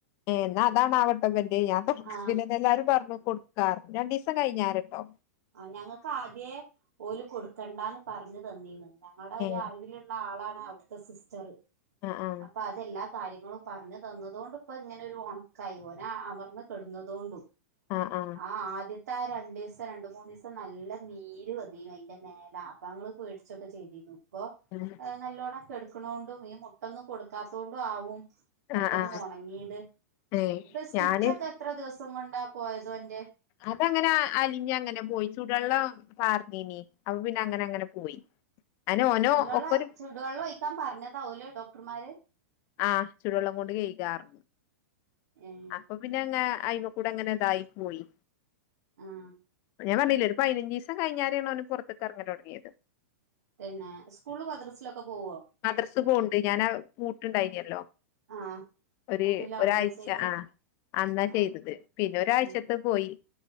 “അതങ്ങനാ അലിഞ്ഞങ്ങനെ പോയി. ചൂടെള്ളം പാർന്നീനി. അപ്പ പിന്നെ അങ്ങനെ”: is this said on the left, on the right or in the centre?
Left